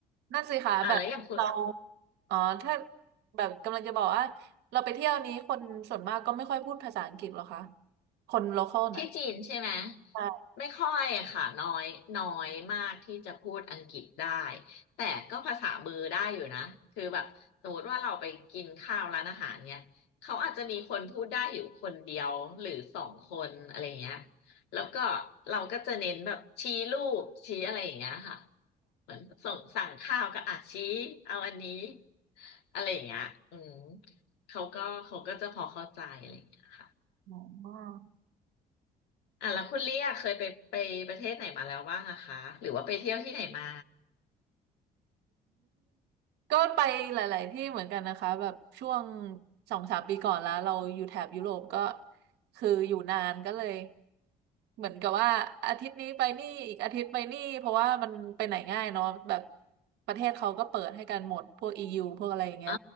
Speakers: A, on the right; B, on the left.
A: นั่นสิคะแบบเรา
B: อ่ะแล้วอย่างคุณ
A: อ๋อถ้าแบบกำลังจะบอกว่าเราไปเที่ยวนี้คนส่วนมากก็ไม่ค่อยพูดภาษาอังกฤษหรอคะคนโลคอลน่ะ
B: ที่จีนใช่ไหม
A: ใช่
B: ไม่ค่อยอะค่ะน้อยน้อยมากที่จะพูดอังกฤษได้แต่ก็ภาษามือได้อยู่นะคือแบบสมมติว่าเราไปกินข้าวร้านอาหารเนี่ยเขาอาจจะมีคนพูดได้อยู่คนเดียวหรือสองคนอะไรอย่างเงี้ยแล้วก็เราก็จะเน้นแบบชี้รูปชี้อะไรอย่างเงี้ยค่ะเหมือนส่งสั่งข้าวก็อ่ะชี้เอาอันนี้อะไรอย่างเงี้ยอืมเขาก็เขาก็จะพอเข้าใจอะไรอย่างเงี้ยค่ะ
A: อ๋อ
B: อ่ะแล้วคุณเลี่ยเคยไปไปประเทศไหนมาแล้วบ้างอะคะหรือว่าไปเที่ยวที่ไหนมา
A: ก็ไปหลายๆที่เหมือนกันนะคะแบบช่วงสองสามปีก่อนแล้วเราอยู่แถบยุโรปก็คืออยู่นานก็เลยเหมือนกับว่าอาทิตย์นี้ไปนี่อีกอาทิตย์ไปนี่เพราะว่ามันไปไหนง่ายเนาะแบบประเทศเขาก็เปิดให้กันหมดพวก EU พวกอะไรอย่างเงี้ย
B: อ๋อ